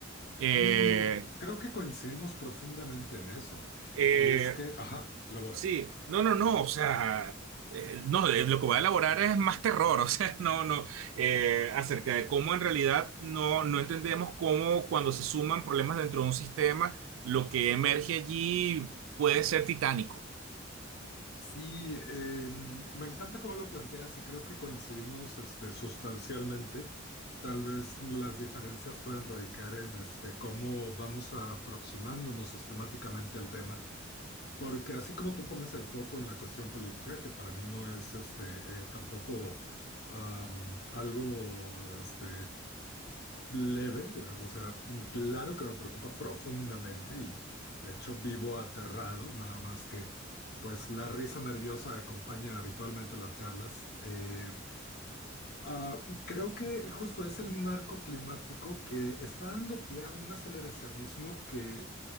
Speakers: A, on the right; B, on the left.
A: Eh,
B: Y creo que coincidimos profundamente en eso.
A: eh,
B: Y es que, ajá, elabora.
A: Sí, no, no, no, o sea, eh, no, de- lo que voy a elaborar es más terror, <laughs> o sea, no, no, eh, acerca de cómo en realidad no, no entendemos cómo cuando se suman problemas dentro de un sistema, lo que emerge allí puede ser titánico.
B: Sí, eh, me encanta cómo lo planteas y creo que coincidimos este, sustancialmente. Tal vez las diferencias pueden radicar en este, cómo vamos aproximándonos sistemáticamente al tema Porque así como tú pones el foco en la cuestión política, que para mí no es este eh, tampoco am, algo este leve, o sea, claro que me preocupa profundamente y de hecho vivo aterrado, nada más que pues la risa nerviosa acompaña habitualmente las charlas. eh, Ah, creo que justo es el marco climático que está dando pie a un aceleracionismo que